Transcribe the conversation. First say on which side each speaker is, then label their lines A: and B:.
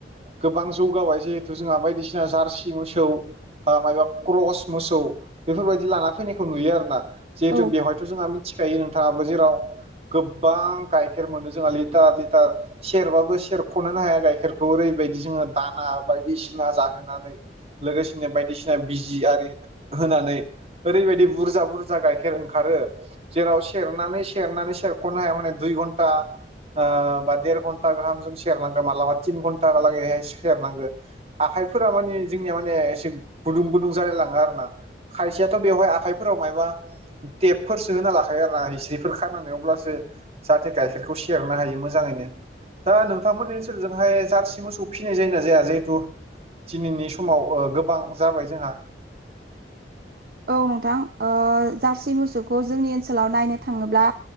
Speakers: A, on the right; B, on the right.
A: गोबां जौगाबाय जिहेथु जोंहा बायदिसिना जारसि मोसौ। ओ माबबा क्रस मोसौ बेफोरबायदि लाना फैनायखौ नुयो आरो ना। जिहेथु
B: औ
A: बेवहायथ' जोंहा मिथिखायो नोंथांङाबो जेराव गोबां गाइखेर मोनो जोंहा लिटार लिटार सेरबाबो सेरखनोनो हाया गाइखेर बे ओरैबायदि जोंङो दाना बायदिसिना जाहोनानै लोगोसेनो बायदिसिना बिजि आरि होनानै ओरैबायदि बुरजा बुरजा गाइखेर ओंखारो। जेराव सेरनानै सेरनानै सेरख'नो हाया माने दुइ घन्टा। ओ बा देर घन्टा गाहामजों सेरनांगो मालाबा तिन घन्टालागैहाय सेर नांगोन। आखाइफोरा माने जोंनिया माने एसे गुदुं गुदुं जालाय लांङो आरो ना। खायसेयाथ बेवहाय आखाइफोराव मायबा थेबफोर होना लाखायो आरो ना हिस्रिफोर खनानै अब्लासो जाहाथे गाइखेरखौ सेरनो हायो मोजांङैनो। दा नोंथांमोननि ओनसोलजोंहाय जार्सि मोसौ फिनाय जायो ना जाया जिहेथु। दिनैनि समाव गोबां जाबाय जोंहा।
B: औ नोंथां ओ-जारसि मोसौखौ जोंनि ओनसोलाव नायनो थाङोब्ला।